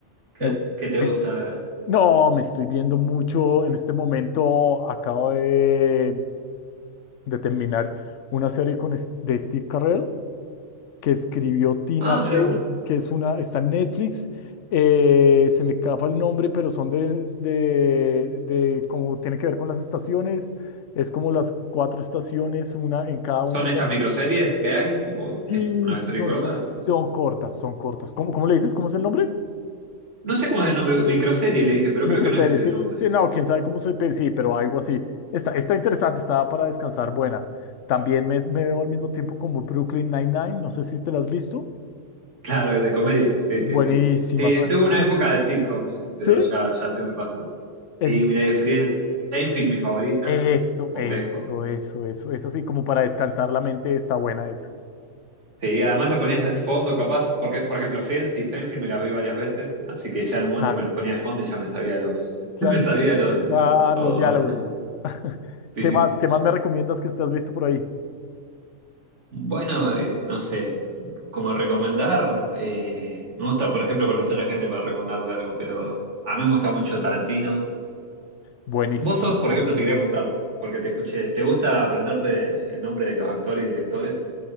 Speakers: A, on the right; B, on the left.
A: ¿Qué,
B: Me gu-
A: qué te
B: eh,
A: gusta?
B: no, me estoy viendo mucho. En este momento acabo de, de terminar una serie con, es- de Steve Carell. que escribió Tina
A: Ah,
B: Fey,
A: mira.
B: que es una, está en Netflix. eh, se me escapa el nombre, pero son de, de, de como tiene que ver con las estaciones. Es como las cuatro estaciones, una en cada una.
A: ¿Son estas microseries que hay? Tipo,
B: Sí,
A: es una
B: sí,
A: serie
B: son,
A: corta.
B: su- son cortas, son cortas. ¿Cómo, cómo le dices? ¿Cómo es el nombre?
A: No sé cómo es el nombre, microserie le dije, pero
B: Microseries.
A: creo que no es ese
B: Sí,
A: nombre.
B: sí, no, quién sabe cómo se pe- sí, pero algo así. Está, está interesante, está para descansar, buena. También me, me veo al mismo tiempo como Brooklyn Nine-Nine, no sé si te la has visto.
A: Claro, es de comedia. Sí,
B: Buenísima,
A: sí, sí. Sí,
B: ¿sabes?
A: tuve
B: Como,
A: una época de sitcoms, pero
B: sí,
A: ya, ya se me pasó.
B: Eso
A: Sí,
B: es,
A: miré Friends. Seinfeld, mi favorita,
B: eso,
A: por
B: eso,
A: lejos.
B: eso, eso, eso sí, como para descansar la mente está buena eso.
A: Sí, además lo ponías de fondo, capaz, porque, por ejemplo, Friends y Seinfeld me las vi varias veces, así que ya en un momento
B: Claro.
A: me los ponía de fondo y ya me sabía los, <laughs>
B: Claro,
A: me sabía lo- lo-
B: ah,
A: todo.
B: los diálogos.
A: <laughs>
B: <laughs>
A: Sí.
B: ¿Qué más? ¿Qué más me recomiendas que estás visto por ahí?
A: Bueno, eh, no sé, como recomendar, eh, me gusta, por ejemplo, conocer a gente para recomendarle algo, pero a mí me gusta mucho Tarantino.
B: Buenísimo.
A: Vos sos, por ejemplo,
B: eh.
A: te quería preguntar, porque te escuché, ¿te gusta aprenderte el nombre de los actores y directores?